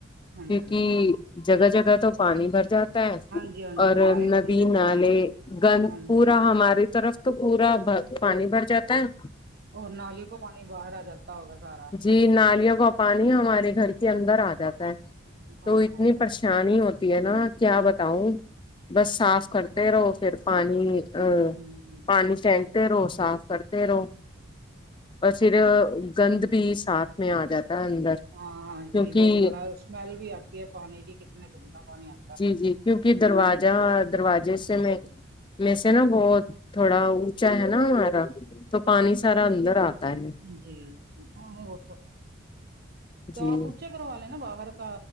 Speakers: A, on the right; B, on the left.
A: ہاں
B: کیونکہ
A: جی ہاں
B: جگہ جگہ تو پانی بھر جاتا ہے
A: جی ہاں جی
B: اور
A: ہمارے
B: ندی
A: ادھر بھی
B: نالے گند
A: ہاں
B: پورا
A: جی
B: ہماری طرف تو پورا پانی بھر جاتا ہے
A: اور نالیوں کو پانی باہر آ جاتا ہوگا سارا
B: جی نالیوں کا پانی ہمارے گھر کے اندر آ جاتا ہے تو
A: او
B: اتنی
A: ہو
B: پرش شانی ہوتی ہے نا کیا بتاؤں بس صاف کرتے رہو پھر پانی
A: ہوں ہ
B: پانی پھیک تے رہو صاف کرتے رہو اور پھر گند بھی
A: جی
B: ساتھ میں آ جاتا ہے اندر
A: ہاں ہاں
B: کیونکہ
A: جی وہ تو بڑا اسمیل بھی آتی ہے پانی کی کتنے گندا پانی آ
B: جی جی کیونکہ درواجہ دروازے سے میں میں سے نا بہت تھوڑا اونچا ہے نا ہمارا تو پانی سارا اندر آتا ہے
A: جی وہ تو تو
B: جی
A: آپ پوچھو کروا لے نا باہر کا